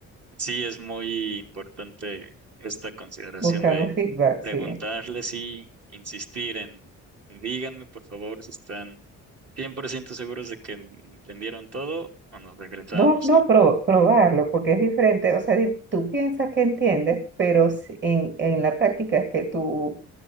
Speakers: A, on the right; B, on the right.
A: sí es muy importante esta consideración
B: Buscar
A: de
B: un feedback,
A: preguntarles
B: sí.
A: y insistir en, díganme por favor si están 100% seguros de que entendieron todo o nos regresamos.
B: No, no,
A: Sí,
B: pro- probarlo, porque es diferente. O sea, di- tú piensas que entiendes, pero si- en, en la práctica es que tú,